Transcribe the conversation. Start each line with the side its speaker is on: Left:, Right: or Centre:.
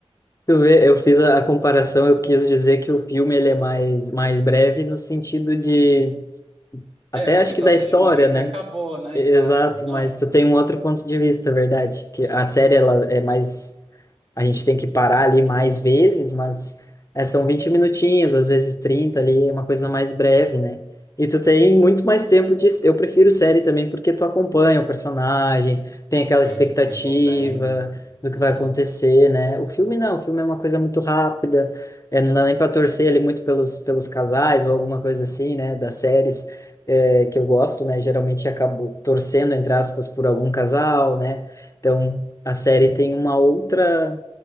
Left: Tu vê, eu fiz a, a comparação, eu quis dizer que o filme ele é mais, mais breve no sentido de,
Right: É,
Left: até
Right: porque
Left: acho que
Right: tu
Left: da
Right: assiste
Left: história,
Right: uma vez
Left: né?
Right: e acabou, né?
Left: Exato,
Right: Exato. Não,
Left: mas tu tem um outro ponto de vista, verdade? Que a série ela é mais a gente tem que parar ali mais vezes, mas é, são 20 minutinhos, às vezes 30 ali, é uma coisa mais breve, né? E tu tem muito mais tempo de eu prefiro série também porque tu acompanha o personagem, tem aquela
Right: vê
Left: expectativa
Right: ele desenvolvendo.
Left: do
Right: Uhum.
Left: que vai acontecer, né? O filme não, o filme é uma coisa muito rápida, é, não dá nem para torcer ali muito pelos pelos casais ou alguma coisa assim, né, das séries é, que eu gosto, né? Geralmente acabo torcendo, entre aspas, por algum casal, né? Então, a série tem uma outra,